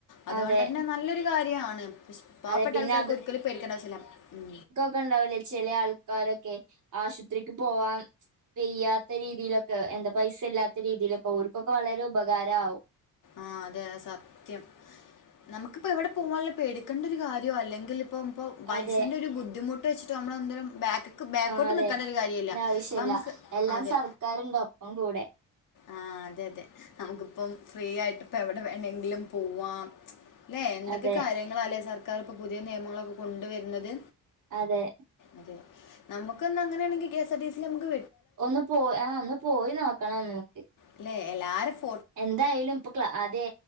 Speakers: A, on the left; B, on the right.
A: അതുകൊണ്ട്
B: അതെ
A: തന്നെ നല്ലൊരു കാര്യമാണ് പു പാവപ്പെട്ട
B: അതെ പിന്നെ
A: ആൾക്കാർക്ക് ഒരിക്കലും പേടിക്കേണ്ടാവശ്യല്ല ഉം
B: ക്ക ഉണ്ടാവലേ ചില ആൾക്കാരൊക്കെ ആശുപത്രിക്ക് പോവാൻ പെയ്യാത്ത രീതിയിലൊക്കെ എന്താ പൈസ ഇല്ലാത്ത രീതിയിലൊക്കെ ഓര്ക്കൊക്കെ വളരെ ഉപകാരമാവും
A: ആഹ് അതെ സത്യം നമുക്കിപ്പം എവിടെ പോകാനും പേടിക്കേണ്ട ഒരു കാര്യോ അല്ലെങ്കിൽ ഇപ്പം ഇപ്പോ പൈസൻറ
B: അതെ
A: ഒരു ബുദ്ധിമുട്ട് വെച്ചിട്ട് മ്മളെന്തേലും ബാക്ക് ബാക്കോട്ട്
B: അതെ
A: നിക്കേണ്ട ഒരു കാര്യമില്ല
B: ആവശ്യല്ല
A: അപ്പൊ നമുക്ക്
B: എല്ലാം
A: അതെ
B: സർക്കാരുണ്ട് ഒപ്പം കൂടെ
A: ആഹ് അതെ അതെ നമുക്കിപ്പം ഫ്രീ ആയിട്ട് ഇപ്പം എവിടെ വേണെങ്കിലും പോവാം അല്ലെ എന്തൊക്കെ
B: അതെ
A: കാര്യങ്ങളാല്ലെ സർക്കാർ ഇപ്പോ പുതിയ നിയമങ്ങളൊക്കെ കൊണ്ടുവരുന്നത്
B: അതെ
A: അതെ നമുക്കന്ന് അങ്ങനെയാണെങ്കി കെ എസ്ആർ ടി സി നമ്ക്ക്
B: ഒന്ന് പോയി ആഹ് ഒന്ന് പോയി നോക്കണം നമുക്ക്
A: അല്ലെ എല്ലാരും ഫ്
B: എന്തായാലും പ്പൊ ക്ലാ അതെ